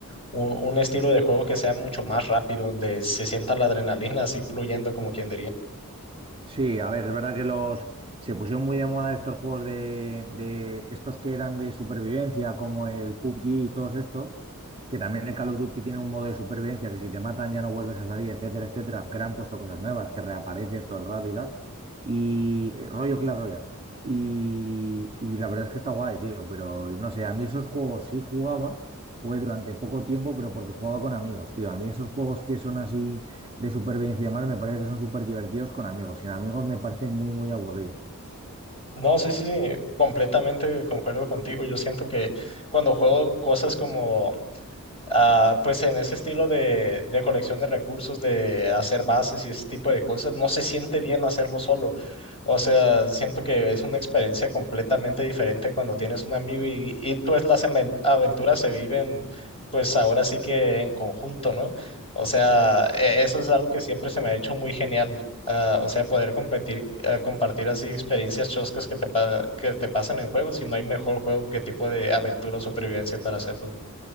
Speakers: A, on the left (about 25°); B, on the right (about 25°).
A: un, un estilo de juego que sea mucho más rápido, donde se sienta la adrenalina así fluyendo, como quien diría.
B: Sí, a ver, es verdad que los se pusieron muy de moda estos juegos de, de estos que eran de supervivencia, como el PUBG y todos estos, que también el Call of Duty tiene un modo de supervivencia que si te matan ya no vuelves a salir, etcétera, etcétera, que le han puesto cosas nuevas, que reapareces todo el rato y tal. Y eh, rollo Clash Royale. Y, y la verdad es que está guay, tío, pero no sé, a mí esos juegos sí jugaba, jugué durante poco tiempo, pero porque jugaba con amigos, tío. A mí esos juegos que son así de supervivencia y demás, me parece que son súper divertidos con amigos. Sin amigos me parece muy, muy aburrido.
A: No, sí, sí, sí, completamente concuerdo contigo. Yo siento que cuando juego cosas como ah, pues en ese estilo de, de colección de recursos, de hacer bases y ese tipo de cosas, no se siente bien hacerlo solo. O sea, siento que es una experiencia completamente diferente cuando tienes un amigo y, y pues las amen- aventuras se viven, pues ahora sí que en conjunto, ¿no? O sea, e- eso es algo que siempre se me ha hecho muy genial. ah, o sea, poder competir, ah, compartir así experiencias choscas que te, pa- que te pasan en juegos y no hay mejor juego que tipo de aventura o supervivencia para hacerlo.